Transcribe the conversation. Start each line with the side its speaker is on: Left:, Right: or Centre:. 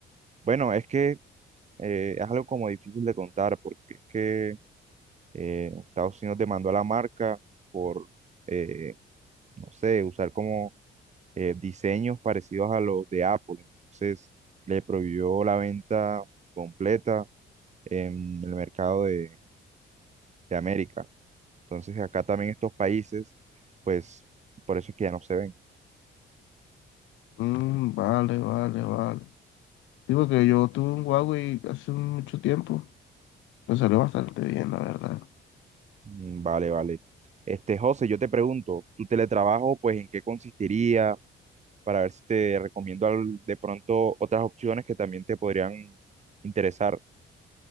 Right: Bueno, es que eh, es algo como difícil de contar porque es que eh, Estados Unidos demandó a la marca por, eh, no sé, usar como eh, diseños parecidos a los de Apple. Entonces le prohibió la venta completa en el mercado de de América. Entonces acá también estos países, pues por eso es que ya no se ven.
Left: Mm, vale, vale, vale. Digo que yo tuve un Huawei hace mucho tiempo. Me salió bastante bien, la verdad.
Right: Mm, Vale, vale. Este, José, yo te pregunto, ¿tu teletrabajo, pues en qué consistiría? Para ver si te recomiendo al- de pronto otras opciones que también te podrían interesar.